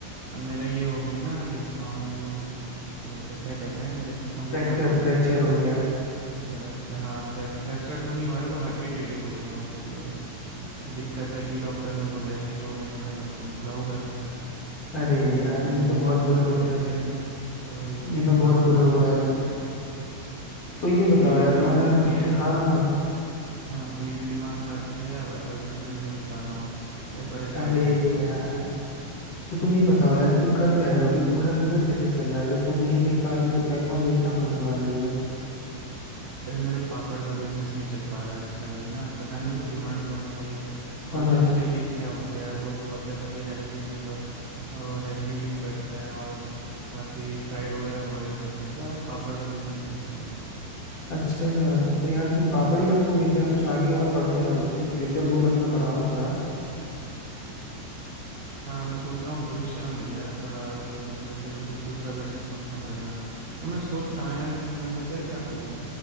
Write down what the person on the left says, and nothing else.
फ्रैक्चर
फ्रैक्चर
हो गया
अरे
यार
ये तो
बहुत
बुरा हुआ
है यार
ये तो बहुत
बुरा
हुआ
है यार
तो ये बताओ
यार
तुम्हारा
हाँ हाँ
अरे
यार
तो तुम ये बताओ यार तुम कर क्या रहे हो फिर तुम्हारा बिजनेस कैसे चल रहा है जब तुम नहीं देख पा रहे हो तो क्या कौन देखता कौन है तुम्हारा बिजनेस
हाँ
हाँ
अच्छा तो यार तुम पापड़ ही रखोगे क्या कुछ आगे और बढ़ो यार उससे फ्यूचर गोल अपना बढ़ाओ थोड़ा